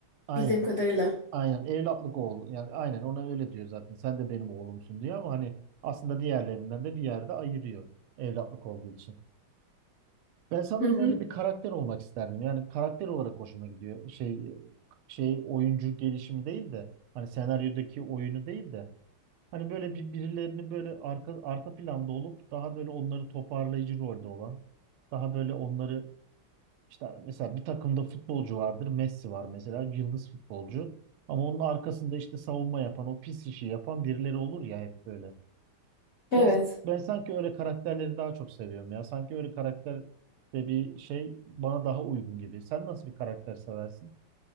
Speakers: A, on the right (about 90°); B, on the left (about 75°).
A: Aynen,
B: bildiğim kadarıyla.
A: aynen evlatlık oğlu. Yani aynen ona öyle diyor zaten. Sen de benim oğlumsun diyor ama hani aslında diğerlerinden de bir yerde ayırıyor evlatlık olduğu için. Ben sanırım
B: Hı hı.
A: öyle bir karakter olmak isterdim. Yani karakter olarak hoşuma gidiyor. Şey şey oyuncu gelişimi değil de hani senaryodaki oyunu değil de hani böyle bir, birilerini böyle arka arka planda olup daha böyle onları toparlayıcı rolde olan daha böyle onları işte mesela bir takımda futbolcu vardır. Messi var mesela yıldız futbolcu. Ama onun arkasında işte savunma yapan, o pis işi yapan birileri olur ya hep böyle.
B: Evet.
A: Ben, san- ben sanki öyle karakterleri daha çok seviyorum ya. Sanki öyle karakter de bir şey bana daha uygun gibi. Sen nasıl bir karakter seversin?